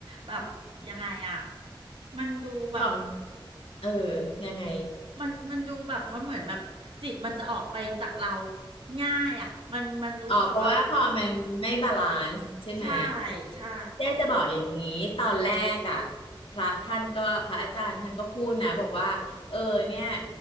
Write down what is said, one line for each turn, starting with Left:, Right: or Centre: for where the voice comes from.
Right: แบบยังไงอะมันดูแบบ
Left: ของเออยังไง
Right: มันมันดูแบบมันเหมือนแบบจิตมันจะออกไปจากเราง่ายอ่ะมันมันรู้สึกว่าแบบ
Left: อ๋อเพราะว่าพอมันไม่บาลานซ์ใช่ไหม
Right: ใช่ใช่
Left: เจ๊จะบอกอย่างนี้ตอนแรกอ่ะพระท่านก็พระอาจารย์ท่านก็พูดนะบอกว่าเออเนี่ย